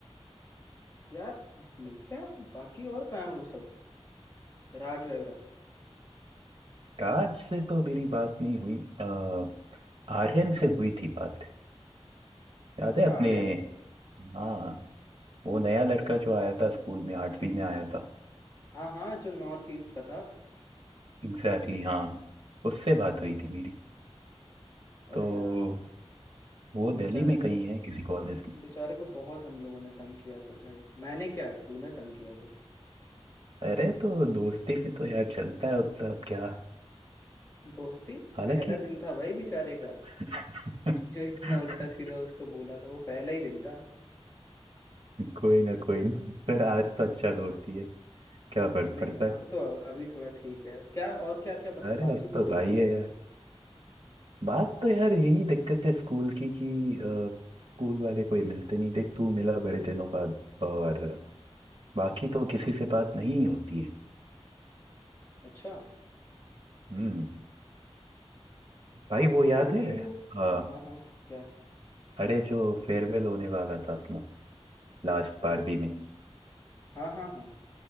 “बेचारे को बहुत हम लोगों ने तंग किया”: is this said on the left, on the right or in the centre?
Left